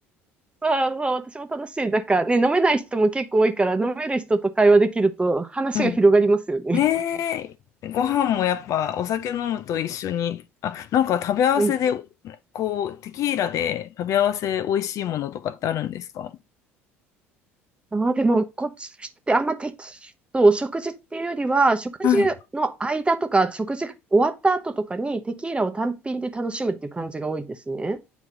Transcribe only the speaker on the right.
ぁそうそう、私も楽しい。なんかね、飲めない人も結構多いから、飲める人と会話できると話が広がりますよね。
<laughs> うん。
ああ、でも、こっちの人ってあんま適当、食事っていうよりは、食事の間とか、
食事が終わった後とかにテキーラを単品で楽しむっていう感じが多いですね。